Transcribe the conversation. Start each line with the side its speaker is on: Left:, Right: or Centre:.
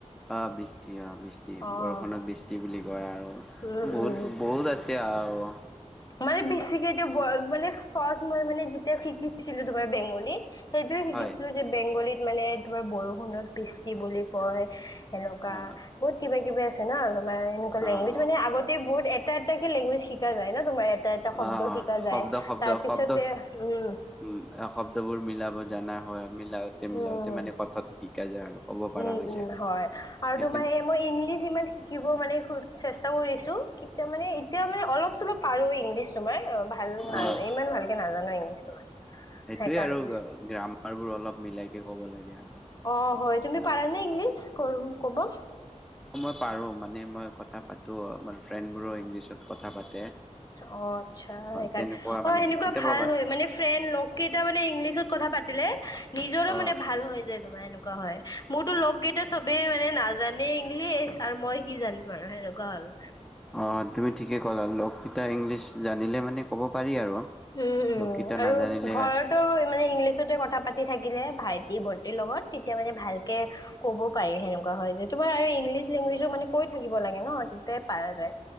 Centre: অ বৃষ্টি অ বৃষ্টি
Left: অ'
Centre: বৰষুণত বৃষ্টি বুলি কয় আৰু।
Left: উম
Centre: বহুত
Left: উম
Centre: বহুত আছে আহ।
Left: মানে বেছিকে মানে ফাষ্ট মই মানে যেতিয়া শিকিছিলো তোমাৰ বেংগলী। সেইটোয়ে শিকিছিলো
Centre: হয়
Left: যে বেংগলীত মানে তোমাৰ বৰষুণত বৃষ্টি বুলি কয়। এনেকুৱা
Centre: অ',
Left: বহুত কিবা কিবি আছে নহ তোমাৰ এনেকুৱা
Centre: অ',
Left: লেংগুৱেজ
Centre: অ'।
Left: মানে আগতে বহুত। এটা এটাকে লেংগুৱেজ শিকা যায় না তোমাৰ এটা এটা শব্দ
Centre: অ', অ
Left: শিকা যায়
Centre: শব্দ শব্দ
Left: তাৰ পিছতে
Centre: শব্দ
Left: উম।
Centre: উম শব্দবোৰ মিলাব জানা হয় মিলাওতে
Left: উম
Centre: মিলাওতে মানে কথাটো শিকা যায় আৰু। ক'ব পাৰা
Left: উম
Centre: হৈ
Left: উম
Centre: যায়।
Left: হয় আৰু
Centre: সেইকাৰণে
Left: তোমাৰ এই মই ইংলিছ ইমান শিকিব মানে। চেষ্টা কৰিছোঁ কেতিয়া মানে এতিয়া মানে অলপ চলপ পাৰোঁ ইংলিছ। তোমাৰ ভাল নাজ
Centre: অ',
Left: ইমান ভালকে নাজানো ইংলিছ তোমাৰ।
Centre: সেইটোয়ে
Left: সেইকাৰণে
Centre: আৰু গ্ৰামাৰ বোৰ অলপ মিলাই কে ক'ব লাগে আৰু।
Left: অ হয় তুমি
Centre: অ',
Left: পাৰা নে ইংলিছ ক'ব।
Centre: পাৰোঁ মানে মই কথা পাতো আমাৰ ফ্ৰেণ্ড বোৰো ইংলিছত কথা পাতো।
Left: অ আচ্ছা সেইকাৰণে
Centre: তেনেকুৱা
Left: অ
Centre: মানে
Left: সেনেকুৱা
Centre: কেতিয়াবা
Left: ভাল
Centre: বাছ
Left: হয় মানে ফ্ৰেণ্ড লগ। কেইটা মানে ইংলিছত কথা পাতিলে নিজৰো
Centre: অ'।
Left: মানে ভাল হৈ যায় তোমাৰ এনেকুৱা হয়। মোৰতো লগ কেইটা চবেই মানে নাজানেই ইংলিছ আৰু মই কি জানিম আৰু সেনেকুৱা হ'ল আৰু।
Centre: অ' তুমি ঠিকে ক'লা লগ কেইটা ইংলিছ জানিলে মানে ক'ব পাৰি আৰু।
Left: উম উম
Centre: লগকেইটা
Left: আৰু
Centre: নাজানিলে
Left: ঘৰতো। মানে ইংলিছতে কথা পাতি থাকিলে ভাইটি ভণ্টিৰ লগত তেতিয়া মানে ভালকে ক'ব পাৰি সেনেকে তেনেকুৱা হয় যে তোমাৰ আৰু ইংলিছ লেংগুৱেজো মানে কৈ থাকিব লাগে ন কিন্তুে পাৰা যায়।